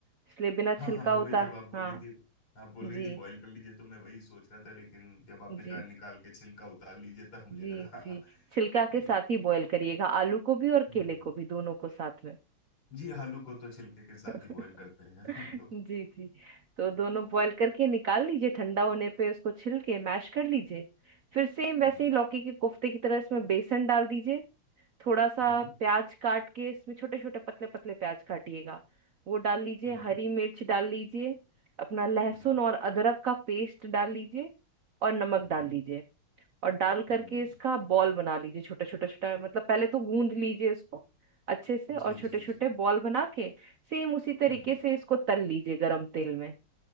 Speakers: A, on the right (about 70°); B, on the left (about 85°).
A: इसलिए बिना छिलका
B: हाँ हाँ मैं वही
A: उतार
B: जब आप बोल
A: हाँ
B: रही थी आप बोल
A: जी
B: रही थी बॉईल कर लीजिए तो मैं वही सोच रहा था लेकिन जब आपने
A: जी
B: कहा निकाल के छिलका उतार लीजिए तब मुझे
A: जी
B: लगा हाँ
A: जी
B: हाँ,
A: छिलका
B: कि
A: के साथ ही बॉईल करिएगा आलू को भी और
B: हम्म
A: केले को भी दोनों को साथ में
B: जी आलू को तो छिलके के साथ
A: <laughs>
B: ही बॉईल करते हैं <laughs> हम लोग
A: जी जी तो दोनों बॉईल करके निकाल लीजिए ठंडा होने पे उसको छिल के मैश कर लीजिए फिर सेम
B: हम्म
A: वैसे ही लौकी के कोफ्ते की तरह इसमें बेसन डाल दीजिए थोड़ा सा
B: हम्म
A: प्याज काट के इसमें छोटे छोटे पतले पतले प्याज काटिएगा वो डाल लीजिए
B: हम्म हम्म
A: हरी मिर्च डाल लीजिए अपना लहसुन
B: हम्म
A: और अदरक का पेस्ट डाल लीजिए और नमक
B: हम्म
A: डाल
B: हम्म,
A: लीजिए और डाल
B: हम्म,
A: करके इसका बॉल बना लीजिए छोटा छोटा छोटा मतलब पहले तो गूंद लीजिए इसको अच्छे से और
B: जी
A: छोटे
B: जी
A: छोटे
B: जी
A: बॉल बना के सेम उसी तरीके
B: हम्म
A: से इसको तल लीजिए गरम तेल में